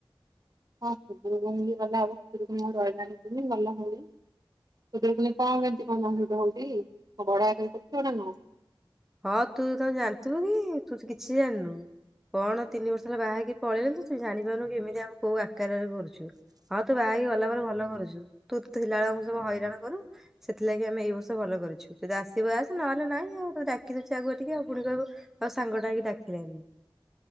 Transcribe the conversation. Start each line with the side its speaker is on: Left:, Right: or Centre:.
Right: ହଁ ଖୁଦରୁକୁଣୀ ଗଲା ହବ ଖୁଦରୁକୁଣୀ ଆଉ ରହିଲାନି ପୁଣି ଗଲାଭଳି ଖୁଦରୁକୁଣୀ କଣ କେମିତି କଣ ହଉଛି କଣ ବଡ ଆକାରରେ କରୁଛ ନା କଣ
Centre: ହଁ ତୁ ତ ଜାଣିଥିବୁ କି ତୁ ତ କିଛି ଜାଣିନୁ କଣ ତିନି ବର୍ଷ ହେଲା ବାହାହେଇକି ପଳେଆଇଲୁ ସେ ଜାଣିପାରୁନି କେମିତିଆ କୋଉ ଆକାରରେ ଗୋଲ ହଁ ତୁ ବାହେଈ ଥିଲା ବେଳେ ଭଲ କରୁଛୁ ତୁ ଥିଲାବେଳ ଆମକୁ ସବୁ ହଇରାଣ କରୁ ସେଥିଲାଗି ଆମେ ଏଇ ବର୍ଷ ଭଲ କରିଛୁ ଯଦି ଆସିବୁ ଆସେ ନହେଲେ ନାଇଁ ଆଉେ ଡାକିଦଉଛି ଆଗୁଆ ଟିକେ ଆଉ ପୁଣି କହିବୁ ଆଉ ସାଙ୍ଗଟା ହେଇକି ଡାକିଲାନି